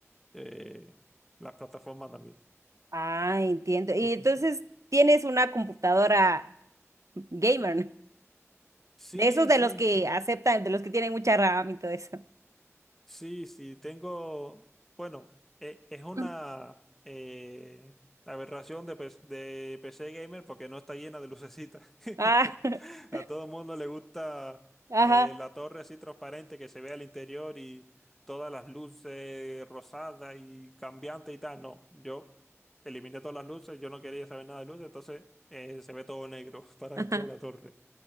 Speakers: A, in the centre; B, on the right (about 80°).
A: eh, las plataformas también.
B: Ah, entiendo. Y
A: <laughs>
B: entonces tienes una computadora gamer, ¿no?
A: Sí,
B: De esos de
A: sí,
B: los que
A: sí.
B: aceptan, de los que tienen mucha RAM y todo eso.
A: Sí, sí, tengo, bueno, e- es una
B: <laughs>
A: eh, aberración de, pes- de PC Gamer porque no está llena de lucecitas. <laughs>
B: Ah, <laughs>
A: A todo el mundo le gusta
B: ajá,
A: eh, la torre así transparente que se ve al interior y todas las luces rosadas y cambiantes y tal. No, yo eliminé todas las luces, yo no quería saber nada de luces, entonces eh, se ve todo negro <laughs> para
B: ajá,
A: dentro de la torre.